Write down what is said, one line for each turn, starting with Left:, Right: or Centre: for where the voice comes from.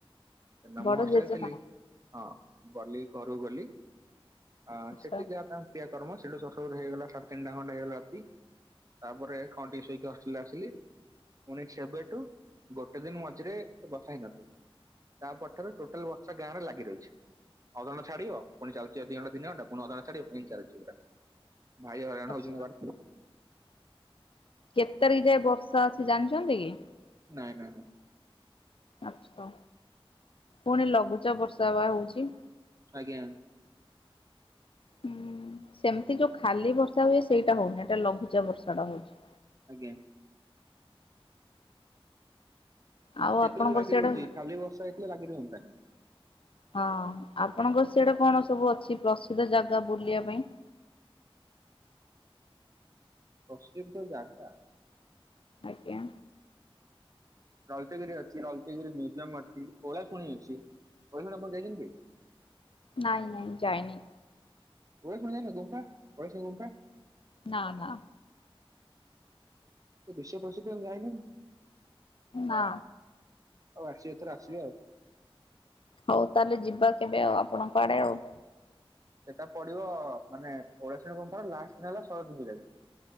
Right: ସେଦିନ
Left: ବଡ
Right: ମୁଁ ହଷ୍ଟେଲ
Left: ଜେଜେମା
Right: ରେ ଥିଲି। ହଁ ଗଲି ଘର କୁ ଗଲି ଆ
Left: ଆଚ୍ଛା
Right: ସେ ତାଙ୍କ କ୍ରିୟାକର୍ମ ସେଇଠୁ ସରୁ ସରୁ ହେଇଗଲା ସାଢେ ତିନିଟା ଖଣ୍ଡେ ହେଇଗଲା ରାତି ତାପରେ କ ଟିକେ ସୋଇକି ହଷ୍ଟେଲ ଆସିଲି ପୁଣି ସେବେଠୁ ଗୋଟେ ଦିନ ମଝିରେ ବର୍ଷା ହେଇନଥିବ। ତା ପରଠାରୁ ଟୋଟାଲ୍ ବର୍ଷା ଗାଁ ରେ ଲାଗି ରହିଛି। ଅଧଘଣ୍ଟା ଛାଡିବ ପୁଣି ଯାଉଚି ଦି ଘଣ୍ଟା ତିନି ଘଣ୍ଟା ପୁଣି ଅଧା ଘଣ୍ଟା ଛାଡିବ ଏଇତି ଚାଲିଛି ପୁରା ଭାରି ହଇରାଣ
Left: ଆଚ୍ଛା।
Right: ହଉଛି। ମୁଁ ବା
Left: କେତେ ତାରିଖ ଯାଏ ବର୍ଷା ଅଛି ଜାଣିଚନ୍ତି କି?
Right: ନାଇଁ ନାଇଁ ନାଇଁ।
Left: ଆଛା। ପୁଣି ଲଘୁଚାପ ବର୍ଷା ବା ହଉଚି।
Right: ଆଜ୍ଞା।
Left: ହୁଁ ସେମିତି ଯୋଉ ଖାଲି ବର୍ଷା ହୁଏ ସେଇଟା ହଉନି, ଏଟା ଲଘୁଚାପ ବର୍ଷା ଟା ହଉଚି।
Right: ଆଜ୍ଞା।
Left: ଆଉ
Right: ସେଥିପାଇଁ
Left: ଆପଣଙ୍କର
Right: ତ ଲାଗି
Left: ସିଆଡେ
Right: ରହୁଚି ଖାଲିବର୍ଷା ହେଇଥିଲେ ଲାଗି ରୁହନ୍ତାନି।
Left: ହଁ, ଆପଣଙ୍କ ସିଆଡେ କଣ ସବୁ ଅଛି ପ୍ରସିଦ୍ଧ ଜାଗା ବୁଲିଆ ପାଇଁ?
Right: ପ୍ରସିଦ୍ଧ ଜାଗା?
Left: ଆଜ୍ଞା।
Right: ଲଳିତଗିରି ଅଛି, ଲଳିତଗିରି ମ୍ୟୁଜିୟମ ଅଛି ଓଳା ଶୁଣି ଅଛି। ଓଳାଶୁଣି ଆପଣ ଯାଇଛନ୍ତି?
Left: ନାଇଁ ନାଇଁ ଯାଇନି।
Right: ଓଳାଶୁଣି ଯାଇନ, ଗୁମ୍ଫା ଓଳାଶୁଣି ଗୁମ୍ଫା।
Left: ନା, ନା।
Right: ସେ ବିଶ୍ୱ ପ୍ରସିଦ୍ଧ, ଯାଇନ।
Left: ନା।
Right: ଆଉ ଆସିବେ ଏଥର ଆସିବେ ଆଉ।
Left: ହଉ ତାହେଲେ ଯିବା କେବେ ଆଉ ଆପଣଙ୍କ ଆଡେ ଆଉ?
Right: ସେଟା ପଡିବ ମାନେ ଓଳାଶୁଣି ଗୁମ୍ଫା ଲାଷ୍ଟ୍ ଦିନ ହେଲା ସରସ୍ଵତୀ ପୂଜା।